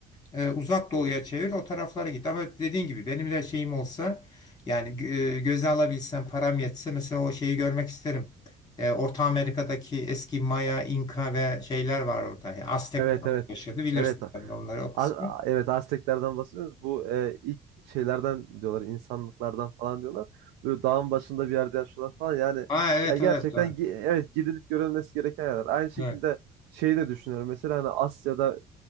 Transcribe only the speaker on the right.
Evet evet.
Evet. A-
A- evet Azteklerden bahsediyoruz. Bu e, ilk şeylerden diyorlar, insanlıklardan falan diyorlar. Böyle dağın başında bir yerde yaşıyorlar falan. Yani
ya gerçekten
gi- evet gidilip görülmesi gereken yerler. Aynı şekilde
şey de düşünüyorum. Mesela hani Asya'da